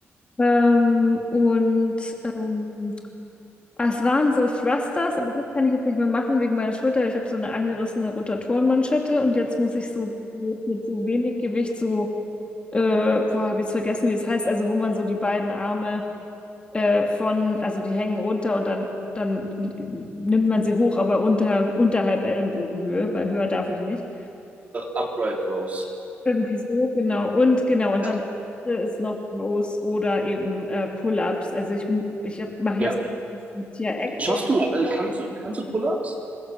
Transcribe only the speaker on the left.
ähm, und ähm, ah, es waren so Thrusters, aber das kann ich jetzt nicht mehr machen wegen meiner Schulter. Ich habe so eine angerissene Rotatorenmanschette und jetzt muss ich so mit, mit so wenig Gewicht so, äh, boah, habe jetzt vergessen, wie es heißt, also wo man so die beiden Arme äh, von, also die hängen runter und dann, dann nimmt man sie hoch, aber unter, unterhalb Ellenbogenhöhe, weil höher darf ich nicht.
Irgendwie so, genau. Und genau, und
dann ist noch Rows oder eben äh, Pull-ups. Also ich, ich mache
jetzt mit hier Echo.